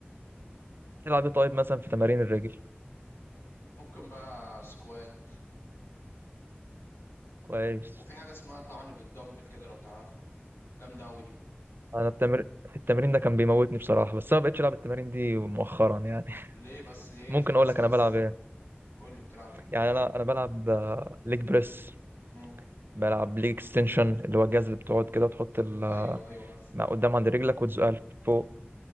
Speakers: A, on the right; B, on the left.
A: تلعب ايه طيب مثلا في تمارين الرجل
B: ممكن بقى سكوات
A: كويس
B: وفي حاجة اسمها طعن بالدمبل كده لو تعرفها جامدة أوي دي
A: انا التمر... التمرين ده كان بيموتني بصراحه بس انا ما بقتش العب التمارين دي مؤخرا يعني <laughs>
B: ليه بس دي هي
A: ممكن
B: دي الأساس
A: اقول لك انا بلعب ايه
B: قول لي بتلعب ايه
A: يعني انا انا بلعب آه، ليج بريس
B: مم.
A: بلعب ليج اكستنشن اللي هو الجهاز اللي بتقعد كده تحط ال... آه،
B: أيوه أيوه عارفه
A: قدام عند رجلك وتزقها لفوق